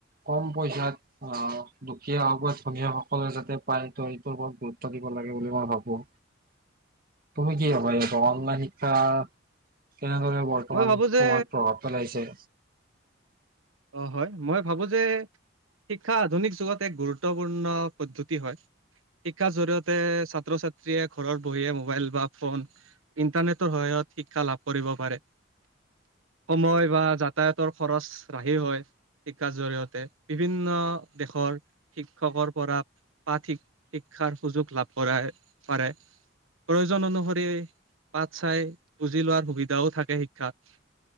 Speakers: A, on the right (about 45°); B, on the right (about 90°).
A: কম পইচাত অ' দুখীয়া হওক ধনীযে সকলে যাতে পায় ত এইটোৰ ওপৰত গুৰুত্ব দিব লাগে। লাগে বুলি মই ভাবো।
B: <unintelligible>
A: তুমি কি ভাবা
B: অ',
A: অনলাইন শিক্ষা তেনেধৰে বৰ্তমান
B: মই ভাবো
A: সময়ত
B: যে
A: প্ৰভাৱ পেলাইছে?
B: অ' হয় মই ভাবো যে শিক্ষা আধুনিক <unintelligible> এক গুৰুত্বপূৰ্ণ পদ্ধতি হয় শিক্ষাৰ জৰিয়তে ছাত্ৰ ছাত্ৰীয়ে ঘৰত বহিয়ে মোবাইল বা ফোন ইন্টাৰনেটৰ সহায়ত শিক্ষা লাভ কৰিব পাৰে সময় বা যাতায়তৰ খৰচ। ৰাহি হয় শিক্ষাৰ জৰিয়তে বিভিন্ন দেশৰ শিক্ষকৰ পৰা। পাঠ শিক শিক্ষাৰ সুযোগ লাভ কৰাই পাৰে প্ৰয়োজন অনুসৰি পাঠ চাই বুজি লোৱাৰ সুবিধাও থাকে শিক্ষাত।